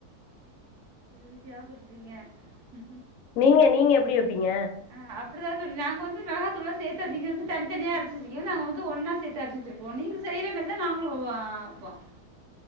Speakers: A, on the right (about 70°); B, on the left (about 65°).
A: பூசியா <unintelligible> ங்க
B: நீங்க நீங்க எப்டி வப்பீங்க
A: அ அப்டிதா தோழி நாங்க வந்து மெளகாதூள்லா சேத்து நீங்க வந்து தனிதனியா அரைச்சிருக்கிங்க நாங்க வந்து ஒன்னா சேத்து அரச்சி வச்சிருப்போ நீங்க செய்ற மேரிதா நாங்களும் <unintelligible>